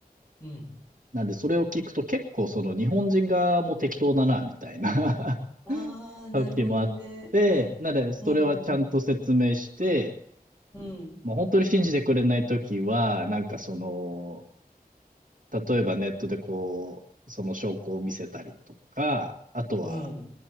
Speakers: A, on the left; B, on the right.
A: うん。
B: なんでそれを聞くと結構その日本人側も適当だな、みたいな
A: ああ、
B: <laughs>
A: なるほどね。
B: 時もあって、なのでそれはちゃんと説明して、
A: うんうんうん。
B: まあ、本当に信じてくれない時は、なんかその、例えばネットでこう、その証拠を見せたりとか、あとは
A: うん。